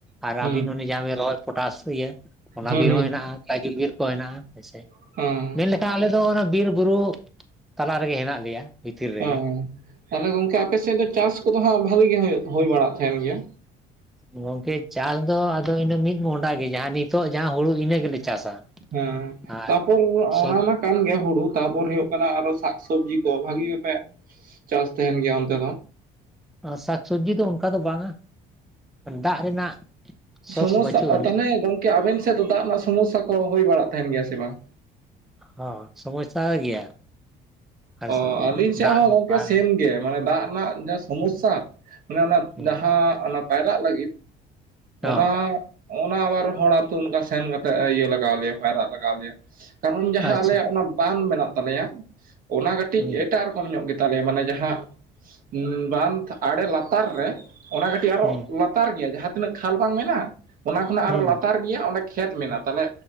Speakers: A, in the centre; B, on the right.
A: ᱟᱨ
B: ᱦᱩᱸ
A: ᱟᱵᱤᱱ ᱚᱱᱮ ᱡᱟᱦᱟᱸ ᱵᱤᱱ ᱨᱚᱦᱚᱭ ᱯᱚᱴᱟᱥ ᱤᱭᱟᱹ ᱚᱱᱟ
B: ᱦᱩᱸ
A: ᱵᱤᱨ
B: ᱦᱩᱸ
A: ᱦᱚᱸ ᱦᱮᱱᱟᱜᱼᱟ᱾ ᱠᱟᱹᱡᱩ ᱵᱤᱨ ᱠᱚ ᱦᱮᱱᱟᱜᱼᱟ ᱦᱮᱸᱥᱮ
B: ᱦᱮᱸ
A: ᱢᱮᱱᱞᱮᱠᱷᱟᱡ ᱟᱞᱮ ᱫᱚ ᱚᱱᱟ ᱵᱤᱨ ᱵᱩᱨᱩ ᱛᱟᱞᱟ ᱨᱮᱜᱮ ᱦᱮᱱᱟᱜ ᱞᱮᱭᱟ᱾ ᱵᱷᱤᱛᱤᱨ ᱨᱮᱜᱮ
B: ᱚ ᱛᱟᱦᱞᱮ ᱜᱚᱝᱠᱮ ᱟᱯᱮ ᱥᱮᱫ ᱫᱚ ᱪᱟᱥ ᱠᱚᱫᱚ ᱦᱟᱸᱜ ᱵᱷᱟᱞᱤ ᱜᱮ ᱦᱩᱭᱩᱜ ᱦᱩᱭ ᱵᱟᱲᱟᱜ ᱛᱟᱦᱮᱸᱱ ᱜᱮᱭᱟ?
A: ᱜᱚᱝᱠᱮ ᱪᱟᱥ ᱫᱚ ᱟᱫᱚ ᱤᱱᱟᱹ ᱢᱤᱫ ᱢᱚᱦᱚᱰᱟ ᱜᱮ ᱡᱟᱦᱟᱸ ᱱᱤᱛᱚᱜ ᱡᱟᱦᱟᱸ ᱦᱩᱲᱩ ᱤᱱᱟᱹ ᱜᱮᱞᱮ ᱪᱟᱥᱟ᱾
B: ᱦᱩᱸ
A: ᱟᱨ
B: ᱛᱟᱯᱚᱨ
A: ᱥᱚᱵ
B: ᱚᱱᱟ ᱢᱟ ᱠᱟᱱ ᱜᱮᱭᱟ ᱦᱩᱲᱩ ᱛᱟᱨᱯᱚᱨ ᱦᱩᱭᱩᱜ ᱠᱟᱱᱟ ᱟᱨᱚ ᱥᱟᱠᱥᱚᱵᱽᱡᱤ ᱠᱚ ᱵᱷᱟᱜᱤ ᱜᱮᱯᱮ ᱪᱟᱥ ᱛᱟᱦᱮᱱ ᱜᱮᱭᱟ ᱚᱱᱛᱮ ᱫᱚ᱾
A: ᱟᱸ ᱥᱟᱠ ᱥᱚᱵᱽᱡᱤ ᱫᱚ ᱚᱝᱠᱟ ᱫᱚ ᱵᱟᱝᱟ, ᱫᱟᱜ ᱨᱮᱱᱟᱜ ᱥᱳᱨᱥ
B: ᱥᱚᱢᱚᱥᱥᱟᱜᱼᱟ
A: ᱵᱟᱹᱪᱩᱜ ᱟᱹᱱᱤᱡ
B: ᱛᱟᱦᱞᱮ ᱜᱚᱝᱠᱮ ᱟᱵᱮᱱ ᱥᱮᱜ ᱫᱚ ᱫᱟᱜ ᱨᱮᱱᱟᱜ ᱥᱚᱢᱚᱥᱥᱟ ᱠᱚ ᱦᱩᱭ ᱵᱟᱲᱟᱜ ᱛᱟᱦᱮᱱ ᱜᱮᱭᱟ ᱥᱮ ᱵᱟᱝ?
A: ᱦᱚ ᱥᱚᱢᱚᱥᱥᱟ ᱜᱮᱭᱟ᱾ ᱟᱞᱮ
B: ᱚ
A: ᱥᱮᱱ ᱫᱚ
B: ᱟᱹᱞᱤᱧ ᱥᱮᱜ
A: ᱫᱟᱜ
B: ᱦᱚᱸ ᱜᱚᱝᱠᱮ
A: ᱟᱨ
B: ᱥᱮᱢ ᱜᱮ ᱢᱟᱱᱮ ᱫᱟᱜ ᱨᱮᱱᱟᱜ ᱡᱟ ᱥᱚᱢᱚᱥᱥᱟ᱾ ᱚᱱᱮ ᱚᱱᱟ
A: ᱦᱩᱸ
B: ᱡᱟᱦᱟᱸ ᱚᱱᱟ ᱯᱟᱭᱨᱟᱜ ᱞᱟᱹᱜᱤᱫ
A: ᱦᱚᱸ
B: ᱚᱱᱟ ᱚᱱᱟ ᱟᱵᱟᱨ ᱦᱚᱲ ᱟᱛᱩ ᱚᱱᱠᱟ ᱥᱮᱱ ᱠᱟᱛᱮᱜ ᱤᱭᱟᱹ ᱞᱟᱜᱟᱣ ᱞᱮᱭᱟ ᱯᱟᱭᱨᱟᱜ ᱞᱟᱜᱟᱣ ᱞᱮᱭᱟ᱾ ᱠᱟᱨᱚᱱ ᱡᱟᱦᱟᱸ
A: ᱟᱪᱪᱷᱟ
B: ᱟᱞᱮᱭᱟᱜ ᱚᱱᱟ ᱵᱟᱱ ᱢᱮᱱᱟᱜ ᱛᱟᱞᱮᱭᱟ ᱚᱱᱟ ᱠᱟᱹᱴᱤᱡ
A: ᱦᱩᱸ
B: ᱮᱴᱟᱜ ᱨᱚᱠᱚᱢ ᱧᱚᱜ ᱜᱮ ᱛᱟᱞᱮᱭᱟ ᱢᱟᱱᱮ ᱡᱟᱦᱟᱸ ᱵᱟᱸᱫᱷ ᱟᱲᱮ ᱞᱟᱛᱟᱨ ᱨᱮ ᱚᱱᱟ ᱠᱟᱹᱴᱤᱡ ᱟᱨᱚ
A: ᱦᱩᱸ
B: ᱞᱟᱛ ᱛᱟᱨ ᱜᱮᱭᱟ ᱡᱟᱦᱟᱸ ᱛᱤᱱᱟᱹᱜ ᱠᱷᱟᱞ ᱵᱟᱝ ᱢᱮᱱᱟᱜ ᱚᱱᱟ ᱠᱷᱚᱱᱟᱜ
A: ᱦᱩᱸ
B: ᱟᱨᱚ ᱞᱟᱛᱟᱨ ᱜᱮᱭᱟ ᱚᱸᱰᱮ ᱠᱷᱮᱛ ᱢᱮᱱᱟᱜ ᱛᱟᱦᱞᱮ